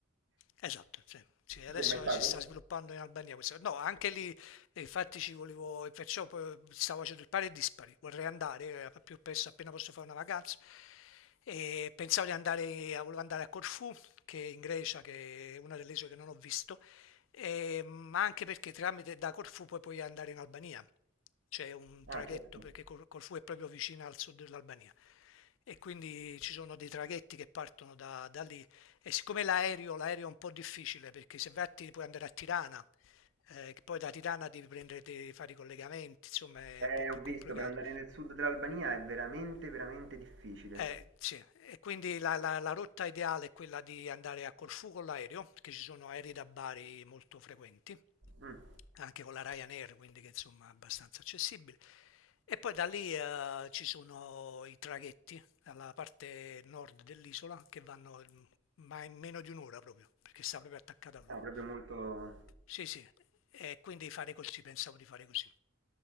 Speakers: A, on the left; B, on the right.
A: Esatto, sì. Sì, adesso
B: Tu sei mai stato?
A: si sta sviluppando in Albania questa. No, anche lì, eh, infatti, ci volevo, e perciò poi stavo facendo il pari e dispari. Vorrei andare eh, più presto, appena posso fare una vacanza. E pensavo di andare, a- volevo andare a Corfù, che è in Grecia, che è una delle isole che non ho visto, e, ma anche perché tramite da Corfù poi puoi andare in Albania. C'è un
B: Ah,
A: traghetto,
B: certo.
A: perché Cor- Corfù è proprio vicina al sud dell'Albania. E quindi ci sono dei traghetti che partono da, da lì e siccome l'aereo, l'aereo è un po' difficile perché se vai a Tir- puoi andare a Tirana, eh, che poi da Tirana devi prendere, devi fare i collegamenti, insomma è
B: Eh,
A: un po' più
B: ho visto,
A: complicato.
B: per andare nel sud dell'Albania è veramente, veramente difficile.
A: Eh, sì. E quindi la, la- la rotta ideale è quella di andare a Corfù con l'aereo, perché ci sono aerei da Bari molto frequenti,
B: Mm,
A: anche con la Ryanair, quindi che insomma è abbastanza accessibile. E poi da lì eh, ci sono i traghetti dalla parte nord dell'isola che vanno mm, ma in meno di un'ora proprio, perché sta proprio attaccata proprio.
B: No, proprio molto...
A: Sì, sì, e quindi fare così, pensavo di fare così.